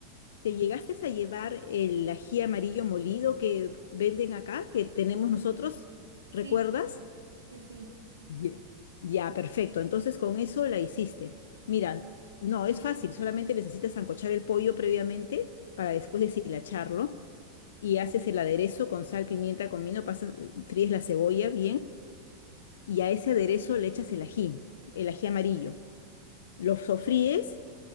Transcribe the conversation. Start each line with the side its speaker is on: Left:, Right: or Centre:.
Left: te llegaste a llevar el ají amarillo molido que venden acá, que tenemos nosotros,
Right: Sí,
Left: ¿recuerdas?
Right: sí, sí.
Left: Ye- Ya, perfecto. Entonces con eso la hiciste. Mira, no, es fácil, solamente necesitas ancochar el pollo previamente para después deshilacharlo y haces el aderezo con sal, pimienta, comino, pasas, fríes la cebolla bien y a ese aderezo le echas el ají, el ají amarillo. Lo sofríes